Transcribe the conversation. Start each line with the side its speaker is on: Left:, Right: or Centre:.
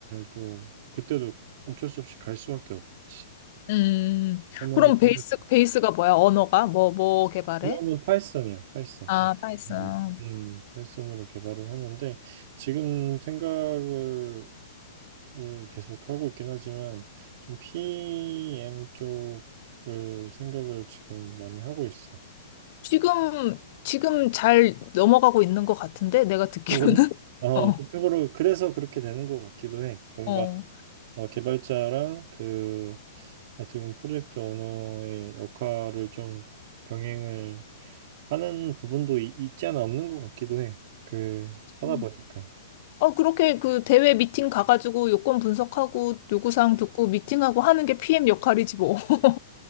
Right: 또 그때도 어쩔 수 없이 갈 수밖에 없지.
Left: 음.
Right: 설명을
Left: 그럼 베이스,
Right: 통해서
Left: 베이스가 뭐야? 언어가? 뭐, 뭐 개발해?
Right: 그러면 파이썬이야, 파이썬.
Left: 아, 파이썬.
Right: 음, 음, 파이썬으로 개발을 하는데 지금 생각을 을 계속 하고 있긴 하지만 좀 PM 쪽을 생각을 지금 많이 하고 있어.
Left: 지금, 지금 잘 넘어가고 있는 것 같은데? 내가 듣기로는?
Right: 그쪽으로?
Left: <laughs>
Right: 어,
Left: 어,
Right: 그쪽으로 그래서 그렇게 되는 것 같기도 해. 뭔가
Left: 어.
Right: 어, 개발자랑 그 어떻게 보면 프로젝트 오너의 역할을 좀 병행을 하는 부분도 이- 있지 않아 없는 것 같기도 해. 그 하다
Left: 음.
Right: 보니까.
Left: 어, 그렇게 그 대회 미팅 가가지고 요건 분석하고 요구사항 듣고 미팅하고 하는 게 PM 역할이지 뭐. <laughs>